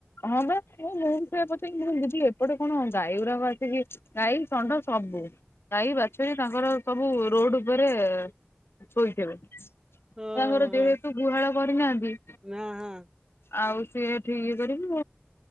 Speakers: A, on the left; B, on the right.
A: ହଁ ବା ମୁଁ ମୁଁ ବି ସେୟା ପଚା ମୁ ଦିଦି ଏପଟେ କଣ ଗାଈ ଗୁୁରାକ ଆସିକି ଗାଈ ଷଣ୍ଢ ସବୁ ଗାଈ ବାଛୁରୀ ତାଙ୍କର ସବୁ ରୋଡ଼ ଉପରେ ଶୋଇଥିବେ
B: ଓହୋ
A: ତାଙ୍କର ଯେହେତୁ ଗୁହାଳ କରିନାହାନ୍ତି
B: ନା ହଁ
A: ଆଉ ସିଏ ଏଠି ଇଏ କରିକି